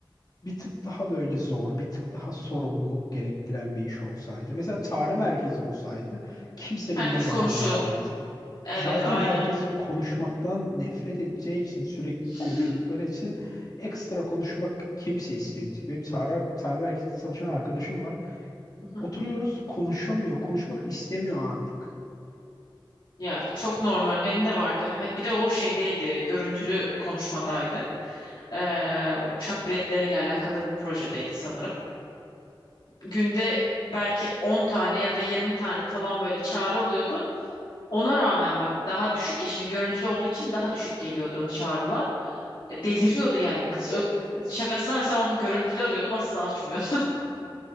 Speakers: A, on the left; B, on the left.
A: bir tık daha böyle zor, bir tık daha sorumluluk gerektiren bir iş olsaydı. Mesela tarih merkezi olsaydı kimsenin
B: Herkes
A: buna zamanı
B: konuşuyor.
A: kalmaz.
B: Evet
A: Zaten
B: aynı.
A: herkes konuşmaktan nefret edeceği için sürekli
B: <laughs>
A: konuştukları için ekstra konuşmak kimse istemeyecek. Benim tarih, tarih merkezinde çalışan arkadaşım var.
B: Hı hı.
A: Oturuyoruz konuşamıyor, konuşmak istemiyor artık.
B: Ya çok normal benim de vardı. Ha- Bir de o şeydeydi görüntülü konuşmadaydı. Ee, uçak biletleriyle alakalı bir projedeydi sanırım. Günde belki 10 tane ya da 20 tane falan böyle çağrı alıyordu. Ona rağmen bak daha düşük ya şimdi görüntülü olduğu için daha düşük geliyordu çağrılar. E, Deliriyordu yani kız. Ö- şakasına mesela onu görüntülü arıyordum asla açmıyordu.